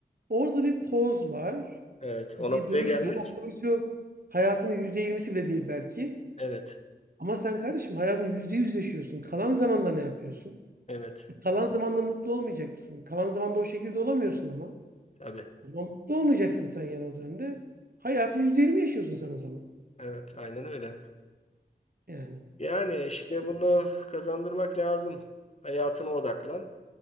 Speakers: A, on the right; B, on the left.
A: orada bir poz var.
B: evet.
A: Bir
B: O noktaya
A: duruş
B: gelmek.
A: var. O duruşu hayatının yüzde yirmisi bile değil belki.
B: Evet,
A: Ama sen kardeşim hayatını yüzde yüz yaşıyorsun. Kalan zamanda ne yapıyorsun?
B: evet.
A: E, kalan zamanda mutlu olmayacak mısın? Kalan zamanda o şekilde olamıyorsun ama.
B: Tabii.
A: O zaman mutlu olmayacaksın sen yani o dönemde. Hayatı yüzde yirmi yaşıyorsun sen o zaman.
B: Evet, aynen öyle.
A: Yani.
B: Yani işte bunu kazandırmak lazım. Hayatına odaklan.